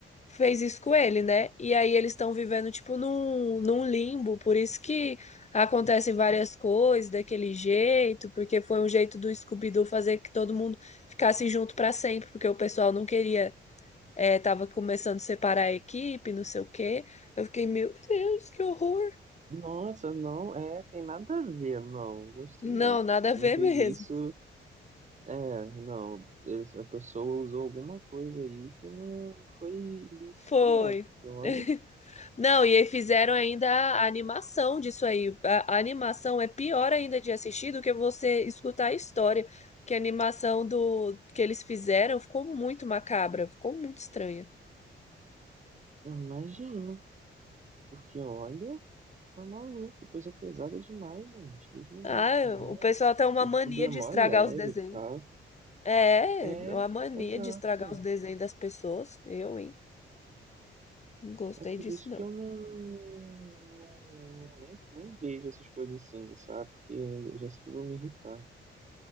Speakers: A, on the left; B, on the right.
A: fez isso com ele, né? E aí eles estão vivendo, tipo, num, num limbo, por isso que acontecem várias coisas daquele jeito, porque foi um jeito do Scooby-Doo fazer que todo mundo ficasse junto pra sempre, porque o pessoal não queria, é, tava começando a separar a equipe, não sei o quê. Eu fiquei, meu Deus, que horror!
B: Nossa, não, é, tem nada a ver, não, gostei
A: Não,
B: não.
A: nada
B: Quem,
A: a ver
B: quem fez
A: mesmo.
B: isso, é, não, essa- a pessoa usou alguma coisa aí que não foi lícita,
A: Foi.
B: não, porque olha,
A: <laughs> Não, e aí fizeram ainda a animação disso aí. A, a animação é pior ainda de assistir do que você escutar a história. Que a animação do que eles fizeram ficou muito macabra, ficou muito estranha.
B: imagina, porque olha, tá maluco, coisa pesada demais, gente, Deus me
A: Ah,
B: livre, não.
A: o pessoal tem uma
B: O
A: mania
B: Scooby é
A: de
B: mó
A: estragar
B: leve,
A: os desenhos.
B: tá?
A: É,
B: É,
A: uma mania
B: exato.
A: de estragar os desenhos das pessoas. Eu, hein? Não gostei
B: É por
A: disso,
B: isso
A: não.
B: que eu não, não- não- nem, nem vejo essas coisas assim, sabe? Porque eu já sei que eu vou me irritar.